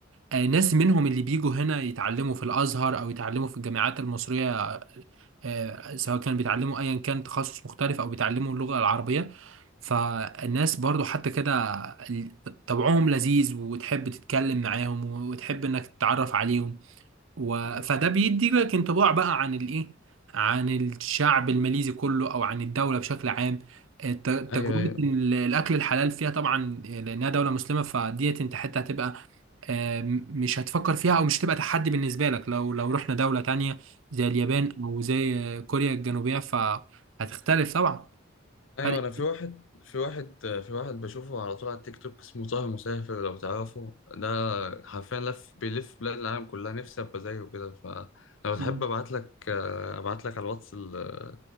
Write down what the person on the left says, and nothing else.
أمم،
أيوه أيوه
ايوه
انا في واحد في واحد في واحد بشوفه على طول على التيك توك اسمه طه مسافر لو تعرفه ده حرفيا لف بيلف بلاد العالم كلها نفسي ابقى زيه كده فلو تحب
ابعت لك ابعت لك على الواتس ال-